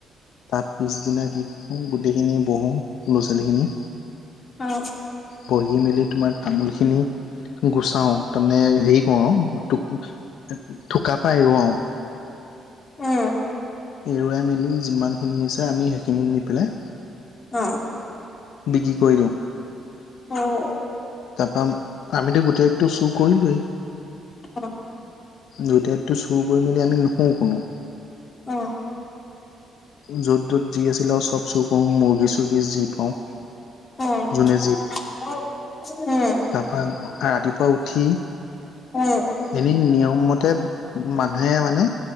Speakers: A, on the left; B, on the left.
A: তা পিছদিনা কি কৰো গোটেইখিনি বহো লো-ছোৱালীখিনি
B: অ।
A: বহি মেলি তোমাৰ তামোল খিনি গুচাও তাৰমানে হেৰি কউৱাউ থোক থোকা পা এৰুৱাও।
B: উম।
A: এৰুৱাই মেলি যিমানখিনি হৈছে আমি সেইখিনি নি পেলাই
B: অ।
A: বিকি কৰি দিওঁ।
B: অও।
A: তা পা আমিতো গোটেইটো চুৰ কৰিলোৱেই
B: অ।
A: দুটাইকটো চুৰ কৰি মেলি আমি নোশু কোনো।
B: অ।
A: য'ত য'ত যি আছিলে আও চব চোৰ কও মুৰ্গী চুৰ্গী যি পাওঁ।
B: অ <unintelligible>
A: যোনে
B: উম
A: তা পা ৰাতিপুৱা উঠি
B: উম
A: এনেই নিয়ম মতে মানুহে মানে